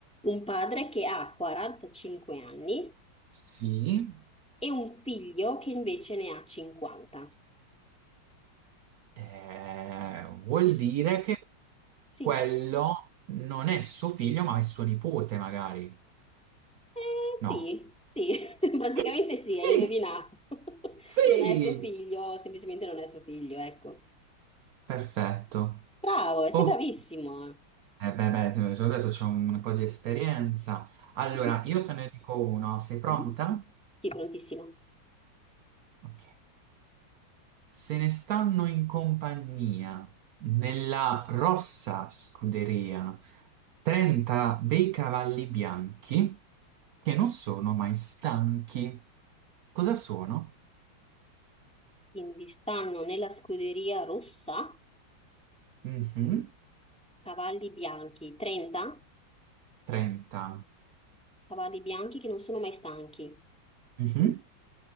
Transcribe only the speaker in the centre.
Un padre che ha 45 anni
e un figlio che invece ne ha 50.
E s-
sì,
eh,
sì, sì, <laughs> praticamente
sì,
hai indovinato. <laughs>
Non è suo figlio, semplicemente non è suo figlio, ecco.
Bravo, eh, sei
bravissimo. eh.
Mhm,
mhm. Sì, prontissimo.
Quindi stanno nella scuderia rossa
cavalli bianchi, 30
cavalli bianchi che non sono mai stanchi.